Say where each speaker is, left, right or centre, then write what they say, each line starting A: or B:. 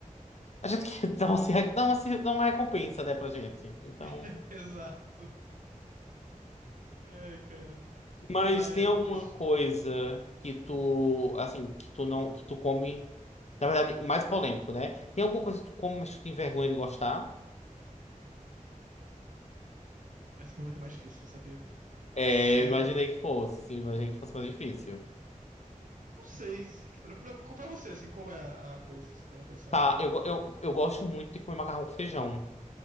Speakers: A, on the left; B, on the right.
A: A gente quer <laughs> dar uma, se- dar uma, se- dar uma recompensa, né, pra gente. Então.
B: <laughs> Exato. Ai, cara.
A: Mas
B: Mas
A: tem alguma coisa que tu, assim, que tu não, que tu come, na verdade, mais polêmico, né? Tem alguma coisa que tu come, mas tu tem vergonha de gostar?
B: essa pergunta é mais difícil de saber. Não
A: É,
B: sei.
A: eu imaginei que fosse, eu imaginei que fosse mais difícil.
B: Não sei. Pra, pra, pra você, assim, qual é a, a coisa? Para pensar.
A: Tá, eu, eu, eu gosto muito de comer macarrão com feijão,